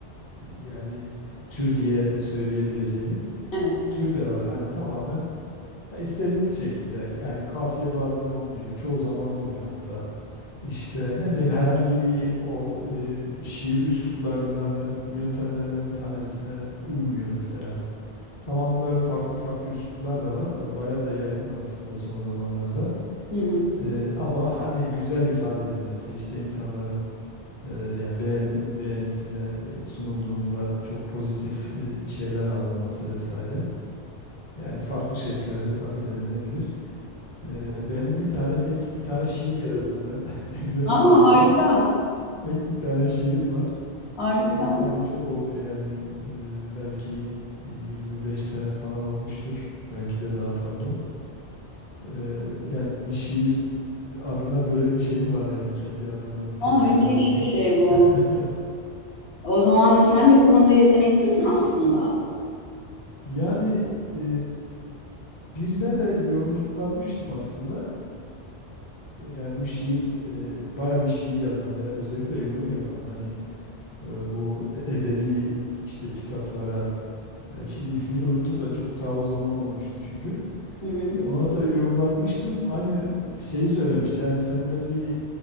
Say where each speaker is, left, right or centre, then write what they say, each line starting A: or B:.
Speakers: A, on the left; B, on the left.
A: yani tür diye söyleyebileceğimiz
B: Evet.
A: tür de var. Hani tamamen ya istediğiniz şekilde yani kafiye bazen olmuyor, çoğu zaman olmuyor hatta. İşte ne bileyim herhangi bir o e, şiir üsluplarından, yöntemlerinden bir tanesine uymuyor mesela. Tamam böyle farklı farklı üsluplar da var. ve baya da yaygın aslında son zamanlarda.
B: Hı hı.
A: E, ama hani güzel ifade edilmesi işte insanların e, yani beğen, beğenisine e, sunulduğunda çok pozitif e, şeyler alınması vesaire. Yani farklı şekillerde tabii denenebilir. E, benim bir tane tek bir tane şiir yazdım ben <laughs> üniversitedeyken.
B: Aa harika.
A: Tek bir tane şiirim var.
B: Harika.
A: Ee, tabii çok oldu yani. Ee, belki 25 sene falan olmuştur. Belki de daha fazla. Ee, yani şiir adına böyle bir şeyim var yani kendi adıma bir
B: Aa
A: tecrübem
B: müthiş
A: olarak.
B: bir şey bu.
A: <laughs>
B: O zaman sen de bu konuda yeteneklisin aslında.
A: Yani e, birine de yorumlatmıştım aslında. Yani bu şiir e, baya bir şiir yazan ve özellikle yorum yapan hani e, bu edebi işte kitaplara e, şimdi ismini unuttum da çok ta o zaman olmuştu çünkü.
B: Hı hı.
A: E, Ona da yorumlatmıştım. Aynı şeyi söylemişti. Yani sende bir